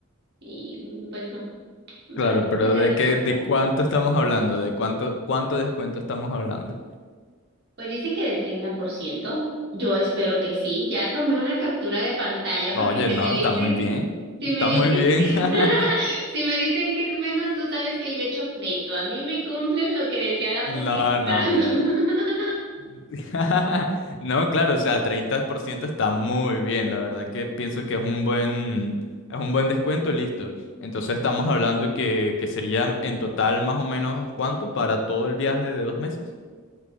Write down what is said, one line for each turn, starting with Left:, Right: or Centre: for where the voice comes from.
Right: y mm, pues no,
Left: Claro,
Right: para que
Left: pero
Right: se agarren
Left: ¿de qué,
Right: de baja.
Left: de cuánto estamos hablando? ¿De cuánto, cuánto descuento estamos hablando?
Right: Pues dice que del 30%, yo espero que sí, ya tomé una captura de pantalla
Left: No,
Right: porque
Left: Oye,
Right: si
Left: no,
Right: me dicen...
Left: está muy bien.
Right: Si
Left: Está
Right: me dicen,
Left: muy bien.
Right: <laughs>
Left: <laughs>
Right: si me dicen que es menos, tú sabes que yo he hecho pleito. A mí me cumplen lo que decía la publicidad.
Left: No, no,
Right: <laughs>
Left: pero <laughs> No, claro, o sea, 30% está muy bien, la verdad que pienso que es un buen, es un buen descuento, listo. Entonces estamos hablando que, que sería en total más o menos cuánto para todo el viaje de dos meses.